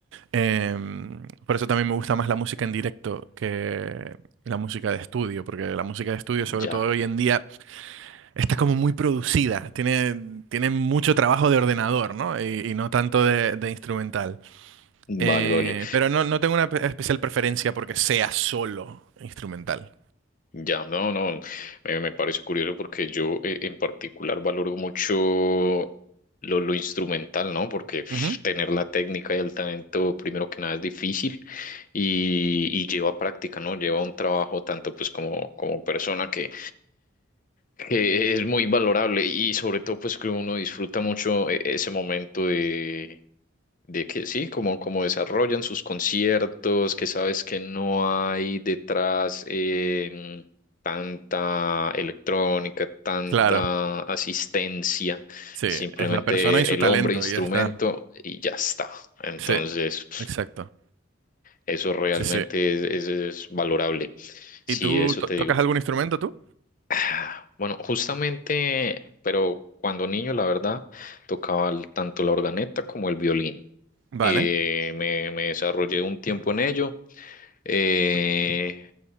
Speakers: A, on the right; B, on the left.
A: Em, por eso también me gusta más la música en directo que la música de estudio, porque la música de estudio, sobre
B: ya,
A: todo hoy en día, está como muy producida, tiene, tiene mucho trabajo de ordenador, ¿no? Y, y no tanto de, de instrumental. Eh,
B: vale, vale.
A: pero no, no tengo una pe- especial preferencia porque sea solo instrumental.
B: Ya, no, no, me, me parece curioso porque yo eh, en particular valoro mucho lo, lo instrumental, ¿no? Porque pf,
A: Ujú,
B: tener la técnica y el talento, primero que nada, es difícil y, y lleva práctica, ¿no? Lleva un trabajo tanto pues como, como persona que, que es muy valorable y sobre todo pues que uno disfruta mucho eh, ese momento de, de que sí, como, como desarrollan sus conciertos, que sabes que no hay detrás eh, tanta electrónica, tanta
A: Claro,
B: asistencia,
A: sí,
B: simplemente
A: es la persona y su
B: el
A: talento,
B: hombre instrumento
A: y ya está.
B: y ya está. Entonces,
A: Sí,
B: pf,
A: exacto.
B: eso realmente
A: Sí, sí.
B: es, es es valorable. Sí,
A: ¿Y tú
B: eso
A: to-
B: te
A: tocas
B: digo.
A: algún instrumento tú?
B: Ah, Bueno, justamente, pero cuando niño, la verdad, tocaba el- tanto la organeta como el violín.
A: Vale,
B: Eh, me, me desarrollé un tiempo en ello, eh,